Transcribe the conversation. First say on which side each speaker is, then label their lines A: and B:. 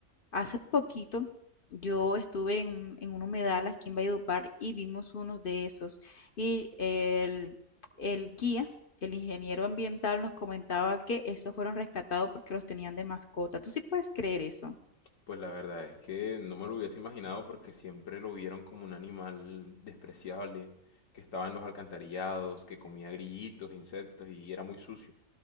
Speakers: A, on the left; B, on the left.
A: Hace poquito yo estuve en un, en un humedal aquí en Valledupar y vimos unos de esos. Y el, el guía, el ingeniero ambiental, nos comentaba que esos fueron rescatados porque los tenían de mascota. ¿Tú sí puedes creer eso?
B: Pues la verdad es que no me lo hubiese imaginado porque siempre lo vieron como un animal despreciable, que estaba en los alcantarillados, que comía grillitos, insectos y era muy sucio.